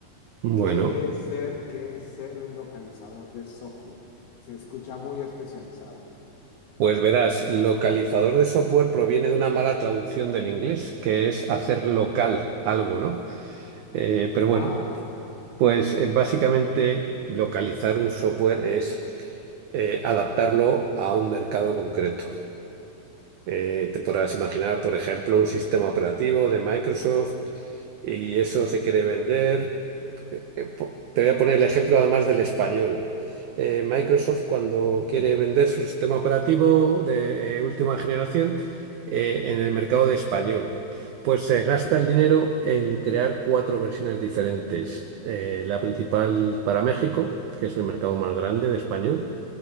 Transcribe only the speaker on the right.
Bueno,
pues verás, localizador de software proviene de una mala traducción del inglés, que es hacer local algo, ¿no? Eh, pero bueno,
pues eh, básicamente localizar un software es eh, adaptarlo a un mercado concreto. Eh, te podrás imaginar, por ejemplo, un sistema operativo de Microsoft y eso se quiere vender. Eh, eh, po- Te voy a poner el ejemplo además del español. Eh, Microsoft cuando quiere vender su sistema operativo de eh, última generación eh, en el mercado de español, pues se gasta el dinero en crear cuatro versiones diferentes. Eh, la principal para México, que es el mercado más grande de español,